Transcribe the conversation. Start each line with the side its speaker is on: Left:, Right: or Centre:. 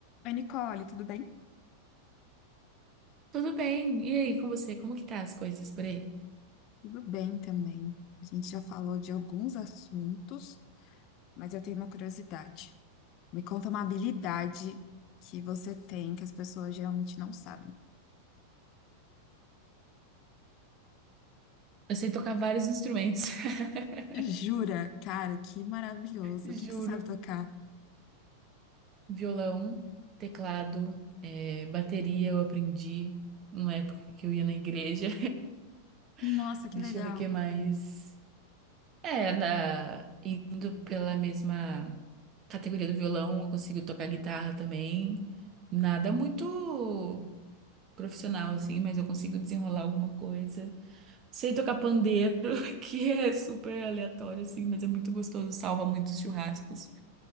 Left: Oi, Nicole, tudo bem?
Right: Tudo bem. E aí, com você? Como que tá as coisas por aí?
Left: Tudo bem também. A gente já falou de alguns assuntos, mas eu tenho uma curiosidade. Me conta uma habilidade que você tem que as pessoas geralmente não sabem.
Right: Eu sei tocar vários instrumentos. <laughs>
Left: Jura? Cara, que maravilhoso.
Right: Juro.
Left: O que que você sabe tocar?
Right: Violão, teclado, é, bateria eu aprendi numa época que eu ia na igreja.
Left: Nossa,
Right: <laughs>
Left: que
Right: Deixa
Left: legal.
Right: eu ver o que mais. É, na- indo pela mesma categoria do violão, eu consigo tocar guitarra também. Nada muito profissional assim, mas eu consigo desenrolar alguma coisa. Sei tocar pandeiro, <laughs> que é super aleatório, assim, mas é muito gostoso, salva muitos churrascos.